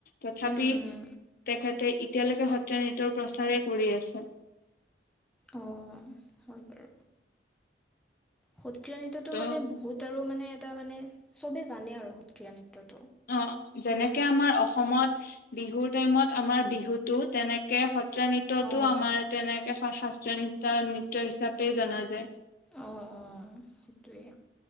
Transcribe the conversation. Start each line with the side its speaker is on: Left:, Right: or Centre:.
Left: তথাপি
Centre: উম, উম,
Left: তেখেতে এতিয়ালৈকে সত্ৰীয়া নৃত্যৰ প্ৰচাৰেই কৰি আছে।
Centre: অ', হয় প সত্ৰীয়া নৃত্যটো
Left: ত'
Centre: মানে বহুত আৰু মানে এটা মানে চবেই জানে আৰু সত্ৰীয়া নৃত্যত
Left: অঁ যেনেকে আমাৰ অসমত বিহুৰ টাইমত আমাৰ বিহু বি তেনেকে সত্ৰ নো
Centre: অ'।
Left: আমাৰ তেনেকে ন নৃত নৃত্য হিচাপে জনা যায়
Centre: অঁ অঁ সেইটোৱেই